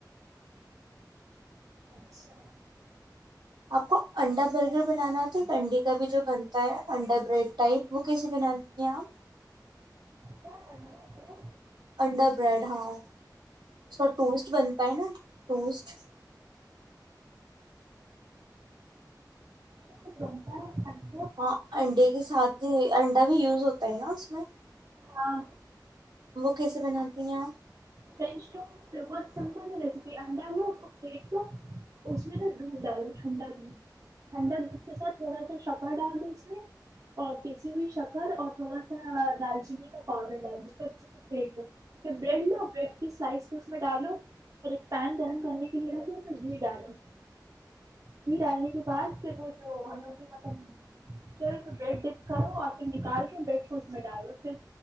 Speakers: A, on the right (about 50°); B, on the right (about 80°).
A: اچھا
B: آپ کو انڈا برگر بنانا آتا ایک انڈی کا بھی جو بنتا ہے انڈا بریڈ ٹائپ وہ کیسے بناتے ہیں آپ
A: کیا کرنا ہے؟
B: انڈا بریڈ ہاں اس کا ٹوسٹ بنتا ہے نا ٹوسٹ
A: ستا <unintelligible>
B: ہاں انڈے کے ساتھ ہی انڈا بھی یوز ہوتا ہے نا اس میں
A: ہاں
B: وہ کیسے بناتی ہیں
A: فرنچ ٹوسٹ بہت سمپل نا ریسیپی انڈا ہو اس کو پھینٹ لو اس میں نا دودھ ڈالو ٹھنڈا دھ ٹھنڈا دودھ کے ساتھ تھوڑا سا شکر ڈال دو اس میں اور پیسی ہوئی شکر اور تھوڑا سا دالچینی کا پاؤڈر ڈال دو اس کو اچھے سے پھینٹ لو پھر بریڈ بڈ سائز کو اس میں ڈالو اور ایک پین گرم کرنے کے لیے رو اس میں گھی ڈالو گھی ڈالنے کے بعد پھر وہ جو ہمو مطلب مچر ہے بریڈ ڈپ کرو اور پھر نکال کے بریڈ کو اس میں ڈالو پھر